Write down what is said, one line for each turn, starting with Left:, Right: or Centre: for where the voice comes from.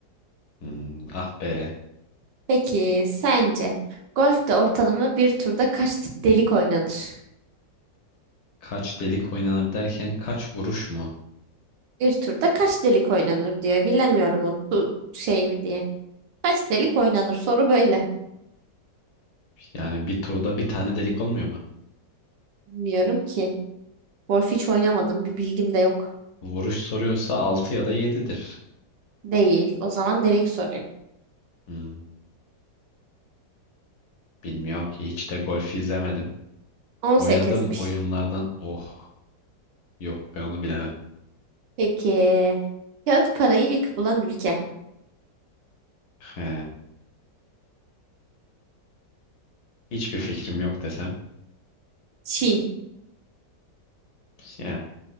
Left: Hmm, ah be.
Right: Peki sence golfte ortalama bir turda kaç delik oynanır?
Left: Kaç delik oynanır derken kaç vuruş mu?
Right: Bir turda kaç delik oynanır diye bilemiyorum onu tu- şey mi diye. Kaç delik oynanır soru böyle.
Left: Yani bir turda bir tane delik olmuyor mu?
Right: Bilmiyorum ki. Golf hiç oynamadım bir bilgim de yok.
Left: Vuruş soruyorsa 6 ya da yedidir.
Right: Değil. O zaman delik soruyor.
Left: Hmm, bilmiyorum ki hiç de golf izlemedim.
Right: 18'miş.
Left: Oynadığım oyunlardan oh yok ben onu bilemem.
Right: Peki kağıt parayı ilk bulan ülke.
Left: He, hiçbir fikrim yok desem.
Right: Çin.
Left: Yani